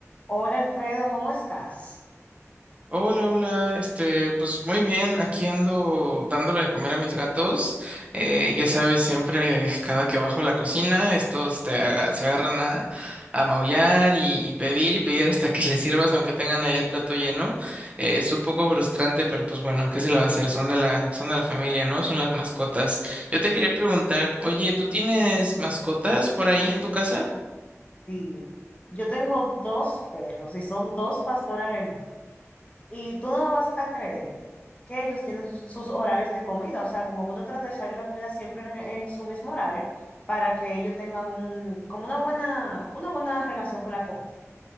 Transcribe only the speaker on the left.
Hola Alfredo, ¿cómo estás?
Sí, yo tengo dos perros y son dos pastor alemán. Y tú no me vas a creer que ellos tienen sus, sus horarios de comida, o sea, como que uno trata de echarle la comida siempre en, en su mismo horario para que ellos tengan un, como una buena, una buena relación con la comida.